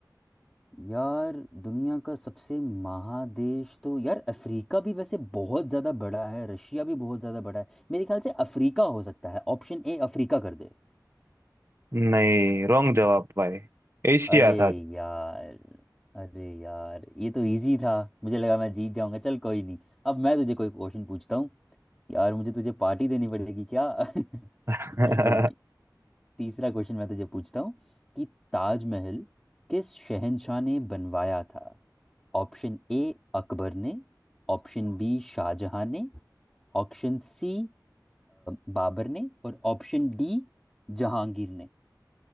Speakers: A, in the centre; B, on the right (about 35°).
A: यार दुनिया का सबसे महादेश तो यार अफ्रीका भी वैसे बहुत ज्यादा बड़ा है रशिया भी बहुत ज्यादा बड़ा है मेरे ख्याल से अफ्रीका हो सकता है ऑप्शन ए अफ्रीका कर दे
B: नहीं रॉन्ग जवाब भाई एशिया
A: अरे
B: था
A: यार अरे यार ये तो इजी था मुझे लगा मैं जीत जाऊंगा चल कोई नहीं अब मैं तुझे कोई क्वेश्चन पूछता हूँ यार मुझे तुझे पार्टी देनी पड़ेगी क्या <laughs>
B: <laughs>
A: चल कोई नहीं तीसरा क्वेश्चन मैं तुझे पूछता हूँ कि ताजमहल किस शहंशाह ने बनवाया था ऑप्शन ए अकबर ने ऑप्शन बी शाहजहां ने ऑप्शन सी बाबर ने और ऑप्शन डी जहांगीर ने